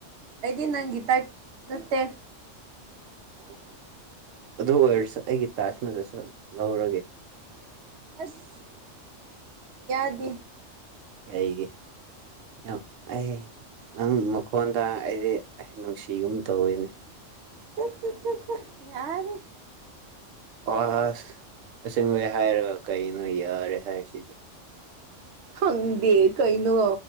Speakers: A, on the right (about 60°); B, on the right (about 80°).
A: ꯑꯩꯗꯤ ꯅꯪꯒꯤ ꯇꯥꯏꯞ ꯅꯠꯇꯦ꯫
B: ꯑꯣ ꯑꯗꯨ ꯑꯣꯏꯔꯁꯨ ꯑꯩꯒꯤ ꯇꯥꯏꯞ ꯅꯠꯇ꯭ꯔꯁꯨ ꯂꯧꯔꯒꯦ
A: ꯑꯁ ꯌꯥꯗꯤ
B: ꯀꯩꯒꯤ ꯌꯥꯝ ꯑꯩ ꯅꯪ ꯃꯈꯣꯟꯗ ꯑꯩꯗꯤ ꯅꯨꯡꯁꯤꯒꯨꯝ ꯇꯧꯋꯤꯅꯦ
A: ꯆꯠ ꯆꯠ ꯆꯠ ꯆ ꯌꯥꯔꯦ꯫
B: ꯑꯁ ꯑꯁꯦꯡꯕꯩ ꯍꯥꯏꯔꯒ ꯀꯩꯅꯣ ꯌꯥꯔꯦ ꯍꯥꯏꯁꯤꯗꯤ꯫
A: ꯈꯪꯗꯦ ꯀꯩꯅꯣ